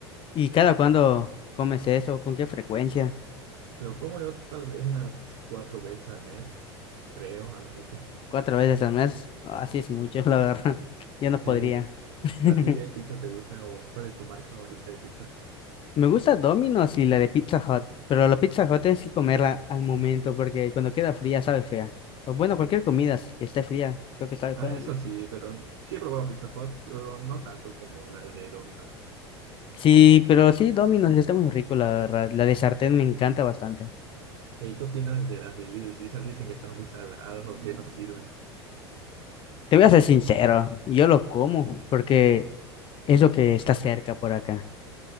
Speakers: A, on the left; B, on the right.
A: ¿Y cada cuándo comes eso? ¿Con qué frecuencia?
B: Lo como yo tal vez unas cuatro veces al mes, creo, a lo mucho.
A: ¿Cuatro veces al mes? Así es mucho, la verdad. <laughs> Yo no
B: Sí,
A: podría. <laughs>
B: ¿a ti qué pizza te gusta o cuál es tu marca favorita de pizza?
A: Me gusta Domino's y la de Pizza Hut, pero la Pizza Hut tienes que comerla al momento porque cuando queda fría sabe fea. O bueno, cualquier comida que esté fría, creo que sabe
B: Ah,
A: fea.
B: eso sí, pero sí he probado Pizza Hut, pero no tanto como las de Domino's.
A: Sí, pero sí, Domino's sí está muy rico, la verdad. La de sartén me encanta bastante.
B: ¿Y qué opinas de las de Little Caesar? Dicen que están muy saladas o que no sirven.
A: Te voy a ser sincero, yo lo como porque es lo que está cerca por acá.